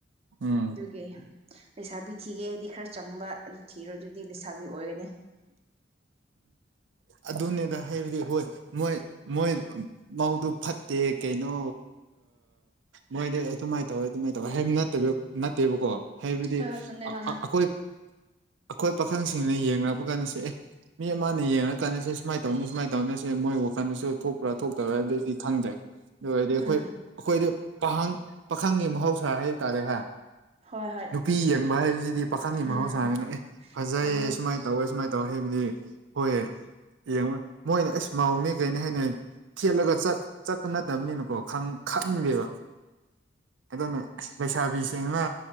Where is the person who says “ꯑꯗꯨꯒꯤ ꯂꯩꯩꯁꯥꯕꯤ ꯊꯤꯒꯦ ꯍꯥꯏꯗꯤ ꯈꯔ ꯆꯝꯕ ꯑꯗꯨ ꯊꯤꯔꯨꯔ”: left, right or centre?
Right